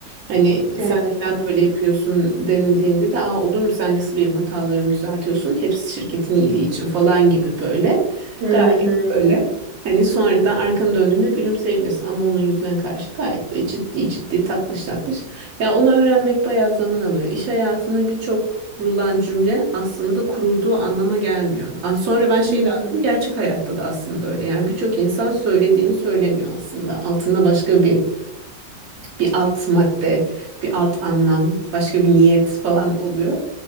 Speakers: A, on the right (about 45°); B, on the right (about 65°).
A: Hani
B: Evet
A: sen neden
B: doğru.
A: böyle yapıyorsun denildiğinde de aa olur mu sen nasıl benim hatalarımı düzeltiyorsun? Hepsi şirketin iyiliği için falan gibi böyle.
B: Hı
A: Gayet
B: hı.
A: böyle. Hani sonradan arkanı döndüğünde gülümseyebilirsin ama onun yüzüne karşı gayet böyle ciddi ciddi tatlış tatlış. Ya onu öğrenmek bayağı zaman alıyor. İş hayatında birçok kurulan cümle aslında kurulduğu anlama gelmiyor. Aa, Sonra ben şeyi
B: Hı
A: de anladım
B: hı.
A: gerçek hayatta da aslında öyle. Yani birçok insan söylediğini söylemiyor aslında. Altında başka bir bir alt madde, bir alt anlam, başka bir niyet falan oluyor.